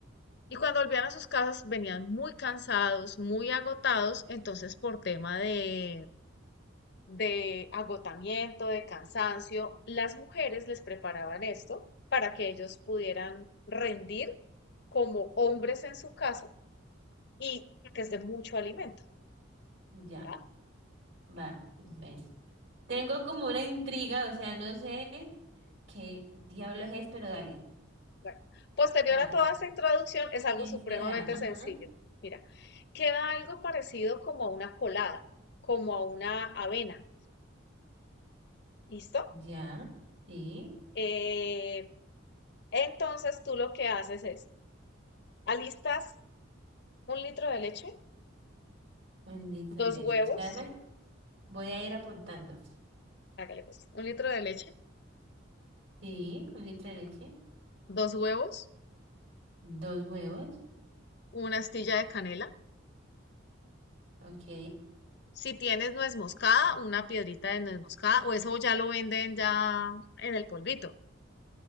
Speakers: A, on the left; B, on the right.
A: Y cuando volvían a sus casas venían muy cansados, muy agotados, entonces por tema de, de agotamiento, de cansancio, las mujeres les preparaban esto para que ellos pudieran rendir como hombres en su casa y que es de mucho alimento,
B: Ya,
A: ¿va?
B: va. ven. Tengo como una intriga, o sea, no sé qué diablos es, pero dale.
A: Bueno, posterior
B: Ya.
A: a toda esta introducción es algo
B: ¿Quién
A: supremamente
B: será? Ajá.
A: sencillo. Mira, queda algo parecido como a una colada, como a una avena, ¿listo?
B: Ya. Sí.
A: Eh, entonces tú lo que haces es, alistas un litro de leche,
B: Un litro
A: dos
B: de leche.
A: huevos,
B: Espérame. Voy a ir apuntando.
A: hágale pues, un litro de leche,
B: Sí, un litro de leche.
A: dos huevos,
B: Dos huevos.
A: una astilla de canela.
B: Ok.
A: Si tienes nuez moscada, una piedrita de nuez moscada, o eso ya lo venden ya en el polvito.